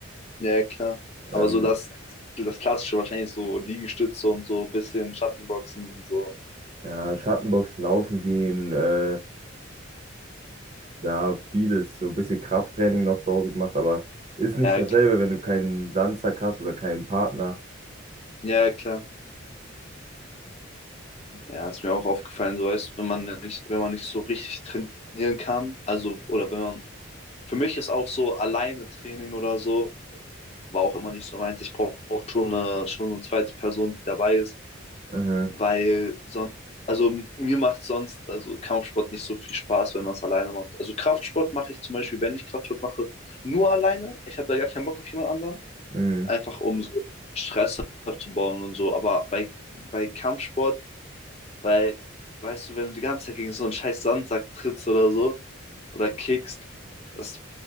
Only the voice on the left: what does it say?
ja, klar. Aber
so das, das Klassische wahrscheinlich so Liegestütze und so ein bisschen Schattenboxen und so.
Ja,
klar.
Ja, klar. Ja, ist mir auch aufgefallen, so weißt, wenn man nicht, wenn man nicht so richtig trainieren kann, also oder wenn man, für mich ist auch so alleine Training oder so, war auch immer nicht so meins. Ich brauche schon eine, schon eine zweite Person, die dabei ist,
weil sonst, also mir macht sonst, also Kampfsport nicht so viel Spaß, wenn man es alleine macht. Also Kraftsport mache ich zum Beispiel, wenn ich Kraftsport mache, nur alleine. Ich habe da gar keinen Bock auf jemand anderen,
einfach um so Stress abzubauen und so. Aber bei, bei Kampfsport weil, weißt du, wenn du die ganze Zeit gegen so einen scheiß Sandsack trittst oder so oder kickst, das,